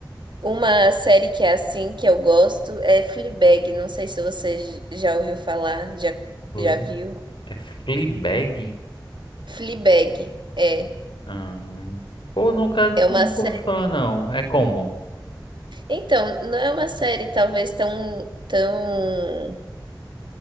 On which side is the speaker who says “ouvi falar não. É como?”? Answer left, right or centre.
Left